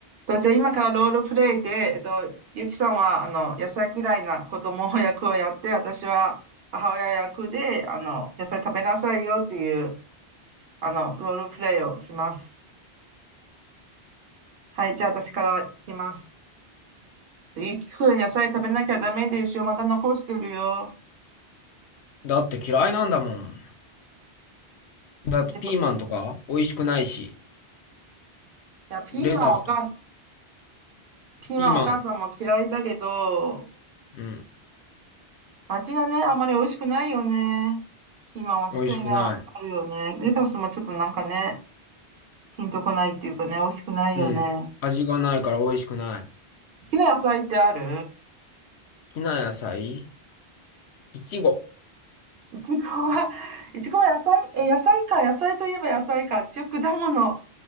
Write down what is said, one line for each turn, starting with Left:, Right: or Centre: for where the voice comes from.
Right: と、じゃあ今からロールプレイで、えっと、ゆきさんは、あの、野菜嫌いな子供役をやって、私は母親役で、あの、野菜食べなさいよっていう、あの、ロールプレイをします。はい、じゃあ私からいきます。ゆきくん、野菜食べなきゃダメでしょ。また残してるよ。
Left: だって嫌いなんだもん。だってピーマンとか美味しくないし、
Right: えっと、いや、ピーマンおか、
Left: レタスとか、
Right: ピーマンお母さんも嫌いだけど、
Left: ピーマン、うん、
Right: 味がね、あまり美味しくないよね。ピーマンは癖があるよね。
Left: 美味しくない。
Right: レタスもちょっとなんかね、ピンとこないっていうかね、美味しくないよね。
Left: うん、味がないから美味しくない。好
Right: 好きな野菜ってある
Left: きな野菜、いちご。
Right: いちごは、<laughs> いちごは野菜、え、野菜か、野菜といえば野菜か。一応果物